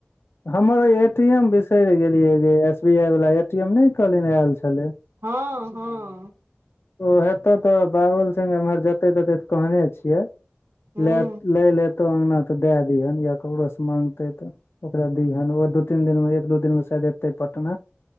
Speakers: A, on the left (about 65°); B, on the right (about 80°).
A: हमर ए टी एम बिसरि गेलियै गई एस बी आई वाला ए टी एम नै कहलिन आयल छलै
B: हँ हँ
A: ओ हेतौ तऽ बाबुल सिंह एमहर जेतै तेतै तऽ कहने छियै
B: हूं
A: लए लै लेतहु अंगना तऽ दए दिहन या ककरोसँ माँगतै तऽ ओकरा दिहन ओ दू तीन दिन मे एक दू दिन मे शायद एतै पटना